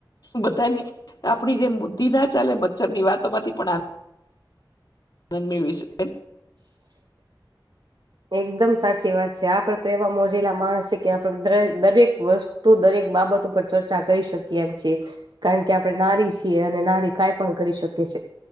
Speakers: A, on the left (about 50°); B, on the right (about 65°).
A: બધાને આપડી જેમ બુદ્ધિ ના ચાલે મચ્છર ની વાતો માંથી પણ આ નંદ મેળવીશ શકાય.
B: એકદમ સાચી વાત છે, આપડે તો એવા મોજીલા માણસ છે કે આપડે દર દરેક વ તો દરેક બાબત ઉપર ચર્ચા કરી શકી એમ છે. કારણ કે આપણે નારી છીએ અને નારી કાઈ પણ કરી શકે છે.